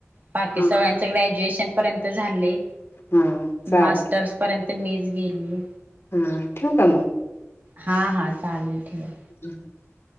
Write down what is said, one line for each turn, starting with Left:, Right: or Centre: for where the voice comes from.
Right: बाकी
Left: हा
Right: सगळ्यांच ग्रॅज्युएशन पर्यंत झालंय
Left: हा चालते
Right: मास्टर्स पर्यंत मीच गेलीय
Left: हुं ठेऊ का मग?
Right: हा हा चालेल ठेवा.
Left: <unintelligible>